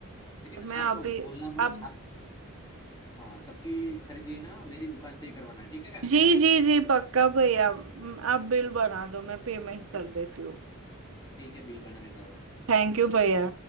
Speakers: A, on the left; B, on the right.
A: लेकिन
B: मैं
A: आप
B: अभी
A: भूलना
B: अब
A: मत हाँ सबकी खरीदी ना मेरी दुकान से ही करवाना ठीक है
B: जी जी जी पक्का भैया म, आप बिल बना दो मैं पेमेंट कर देती हूँ
A: ठीक है बिल बना देता हूँ
B: थैंक यू भैया